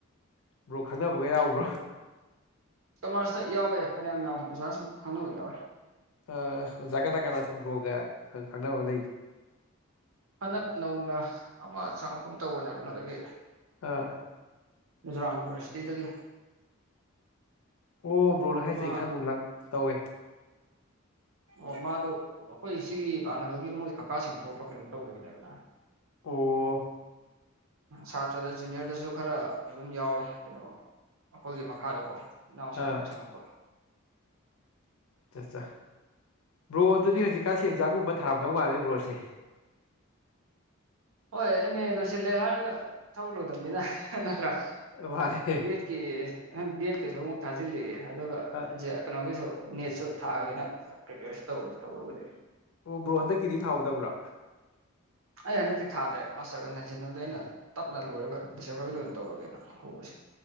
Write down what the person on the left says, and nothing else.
ꯕ꯭ꯔꯣ ꯈꯪꯗꯅꯕꯒ ꯌꯥꯎꯕ꯭ꯔꯣ
ꯑ ꯑꯣꯖꯥ ꯀꯅꯥ ꯀꯅꯥ ꯁꯨꯝ ꯭ꯔꯣꯒ ꯈꯪꯅꯕ ꯂꯩ
ꯑꯥ
ꯑꯣ ꯕ꯭ꯔꯣꯅ ꯍꯥꯏꯖꯩ
ꯑꯩ ꯈꯪꯒꯨꯝ ꯂꯪ ꯇꯧꯋꯦ
ꯑꯣ
ꯑꯥ
ꯑꯠꯆꯥ ꯆꯥ ꯕ꯭ꯔꯣ ꯑꯗꯨꯗꯤ ꯍꯧꯖꯤꯛꯀꯥꯟꯁꯤ ꯑꯦꯛꯖꯥꯝꯒꯨꯝꯕ ꯊꯥꯔꯝꯗꯧ ꯃꯥꯜꯂꯦ ꯕ꯭ꯔꯣꯁꯦ
ꯃꯥꯅꯦ
ꯑ
ꯑꯣ ꯕ꯭ꯔꯣ ꯍꯣꯟꯗꯀꯤꯗꯤ ꯊꯥꯍꯧꯗꯕ꯭ꯔꯣ